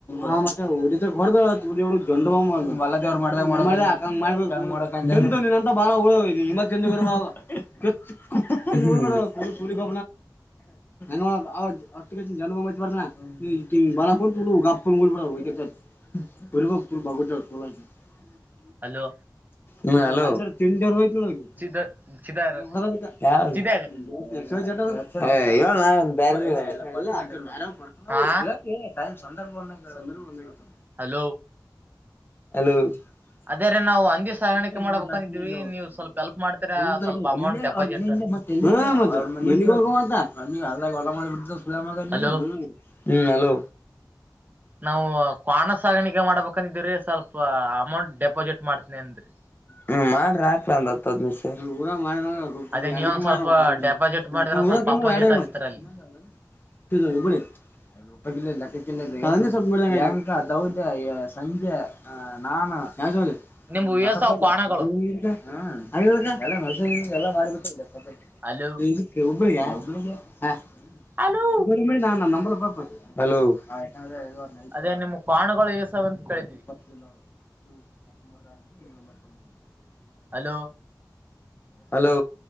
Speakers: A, on the left; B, on the right.
A: ಹ ಮತ್ತ <unintelligible> ಜಂಡು ಬಾಂಬ್ ಮಾಡ ಮಲದೇವ್ರ ಮಾಡದಂಗ <unintelligible> ತಿಂದ ಗರ್ವ ಆದ <unintelligible> <unintelligible> ಹಂಗ್ ಮಾಡಕ್ ಹೊಟ್ಟಿಗ್ ಹಚ್ಚಿ ಜಂಡು ಬಾಂಬ್ ಹಚ್ಚ ಬರ್ತನ ಹ್ಮ್ ಕಿಂಗ್ <unintelligible> <unintelligible>
B: ಹಲೋ
A: ಹ ಹಲೋ. ಹೋಗಿ ಅವ್ರ ಹಾಂಗ್
B: ಚಿದ ಚಿದಾರ
A: ಹೊಡದ ಅದ್ಕ ಯಾವ್ದು
B: ಚಿದಾಗ
A: <unintelligible> <unintelligible> ಏ ಹೇಳ್ಲಾ ಎನ್ ಬ್ಯಾರೆ <unintelligible> ಟೈಮ್ ಸಂದರ್ಭ ಬಂದಂಗ
B: ಹಾ
A: ಹೇಳಬೇಕ ಸಂದರ್ಭ ಬಂದಾಗ ಹೇಳಬೇಕ.
B: ಹಲೋ
A: ಹಲೋ
B: ಅದೇ
A: <unintelligible>
B: ರೀ ನಾವು ಹಂದಿ ಸಾಗಾಣಿಕೆ ಮಾಡ್ಬೇಕಂದಿದ್ವಿ ನೀವು ಸ್ವಲ್ಪ ಹೆಲ್ಪ್ ಮಾಡ್ತೀರಾ ಸ್ವಲ್ಪ
A: ಅಲ್ಲೆ
B: ಅಮೌಂಟ್ ಡೆಪಾಸಿಟ್
A: ಅವ್ರ ಮನಿ ಹಿಂದೆ ಮತ್ತ್ ಎಲ್ಲು ಹ ಮತ್ತ ಅವ್ರ ಮನಿಗ್ ಹೋಗು ಅಂತಅಲ್ಲಿ ಅಲ್ ಆಗ್ಯವ <unintelligible>
B: ಹಲೋ
A: ಹ್ಮ್ ಹಲೋ
B: ನಾವು ಕ್ವಾಣ ಸಾಗಾಣಿಕೆ ಮಾಡ್ಬೇಕಂದಿದಿವ್ರೀ ಸ್ವಲ್ಪ ಅಮೌಂಟ್ ಡೆಪಾಸಿಟ್ ಮಾಡ್ತನಿ ಅಂದ್ರಿ.
A: ಹ್ಮ ಮಾಡ್ರಿ ಆಕ್ಲ ಒಂದ್ ಹತ್ತ ಹೈದ್ನೈದ ಸಾವ್ರ ಇಲ್ಲ ಊರಾಗ ಮಾರ್ಯನ್ ಅಂದ್ರ <unintelligible>
B: ಅದೇ ನೀವೊಂದ್
A: ಎಡ್ಡಕೆ ಮಾಡ್ಯಾನ್
B: ಸ್ವಲ್ಪ
A: <unintelligible>
B: ಡೆಪಾಸಿಟ್
A: ನಾ
B: ಮಾಡಿದ್ರ ಸ್ವಲ್ಪ ಅಪೋಸಿಟ್
A: ಕೇಳೂರು ಎಡ್ಡೆ ಇರು
B: ಆತಿತ್ತರ ಅಲ್ಲಿ
A: ನೋಡು ಇಲ್ಲ ಇಬ್ಬರಿ <unintelligible> ಕಿಲ್ಲೇದೀ ಅಂವಗೆ ಸ್ವಲ್ಪ್ ನೋಡಿದಂಗ ಐತಿ ಯಾಂಕ ದೌದ ಯ ಸಂಜ್ಯ ಆ ನಾನ. ಹ್ಯಾಂಗ್ ಜೋಡಿ <unintelligible> ಹ್ಮ್
B: ನಿಮ್
A: ಹಾಂಗ್ಯದಕ
B: ಏಸಾವ್ ಕ್ವಾಣಗಳು
A: ಎಲ್ಲ ಮೆಸೇಜ್ ಎಲ್ಲ ಮಾಡ್ಬಿಟ್ಟರಲೆ ಪದರ ಹ
B: ಹಲೋ
A: ಇಲ್ಲಿಕ್ ಹುಬ್ಬಳಿಗ್ಯ ಹುಬ್ಬಳ್ಳಿಗೆ ಹ್.
B: ಹಲೋ
A: <unintelligible> ನ ನಮ್ಮಂಬಲ್ಲ ಪಾಪ. ಹಲೋ ಹ ಯಾಕಂದ್ರೆ <unintelligible>
B: ಅದೇ ನಿಮ್ ಕ್ವಾಣಗಳು ಏಸಾವ್ ಅಂತ
A: ಅಕಿ
B: ಕೇಳಿದ್ವಿ
A: ಈಗ ಬತ್ತ ನೋಡು <unintelligible>
B: ಹಲೋ
A: ಹಲೋ